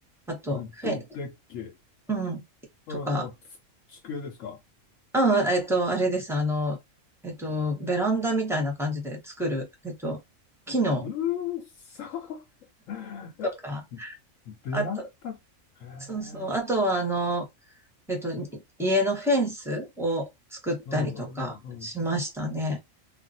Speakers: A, in the centre; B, on the left (about 75°).
A: あと、
B: うん。ウッドデッキ。
A: フェ、
B: う
A: うん、とか、
B: ん、あ、つ、机ですか
A: うん、えっと、あれです、あの、えっと、ベランダみたいな感じで作る、えっと、木の
B: うーそ <laughs> え、
A: とか、
B: ベランダ、
A: あと、
B: へ
A: そうそう、あとはあの、
B: え、
A: えっと、い家のフェンスを作ったりとかしましたね。
B: うんうんうん